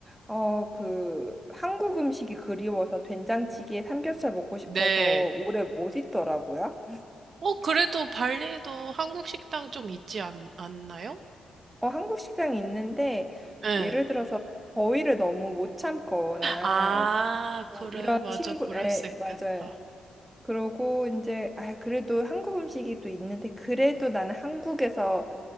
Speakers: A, in the centre; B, on the right (about 50°).
A: 어, 그, 한국 음식이 그리워서 된장찌개에 삼겹살 먹고 싶어서
B: 네.
A: 오래 못 있더라고요.
B: 어, 그래도 발리에도 한국 식당 좀 있지 않, 않나요?
A: 어, 한국 식당이 있는데,
B: 예.
A: 예를 들어서 더위를 너무 못 참거나,
B: 아,
A: 뭐
B: 그래,
A: 이런
B: 맞아,
A: 친구,
B: 그럴
A: 에,
B: 수 있겠다.
A: 맞아요. 그러고 이제 아 그래도 한국 음식이 또 있는데 그래도 나는 한국에서